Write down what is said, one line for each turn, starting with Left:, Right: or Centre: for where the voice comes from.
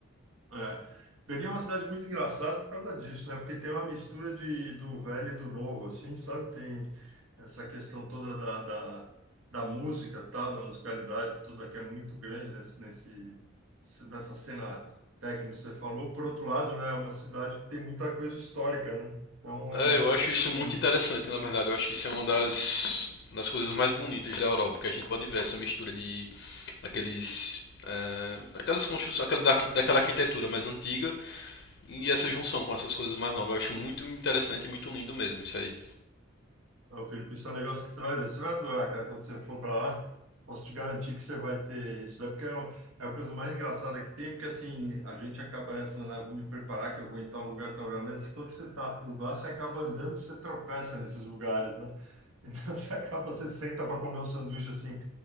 Right: É. Berlim é uma cidade muito engraçada por causa disso, né? Porque tem uma mistura de, do velho e do novo, assim, sabe? Tem essa questão toda da, da, da música, tal, da musicalidade toda que é muito grande nesse, nesse, nessa cena técnica que você falou. Por outro lado, né? É uma cidade que tem muita coisa histórica, né? Então,
Left: É,
Right: é,
Left: eu acho isso muito
Right: é
Left: interessante, na verdade. Eu acho que isso é uma das, das coisas mais bonitas da Europa, porque a gente pode ver essa mistura de daqueles é, aquelas construções, aquela, da- daquela arquitetura mais antiga e essa junção com essas coisas mais novas. Eu acho muito interessante e muito lindo mesmo isso aí.
Right: Ô, Felipe, isso é um negócio que você vai ver, você vai adorar, cara, quando você for para lá. Posso te garantir que você vai ter isso. Daí porque é, uma, é a coisa mais engraçada que tem, porque assim, a gente acaba, né, falando, ah, vou me preparar que eu vou em tal lugar, tal lugar. Mas quando você tá por lá, você acaba andando, e você tropeça nesses lugares, né? Então <laughs> você acaba, você senta para comer um sanduíche assim,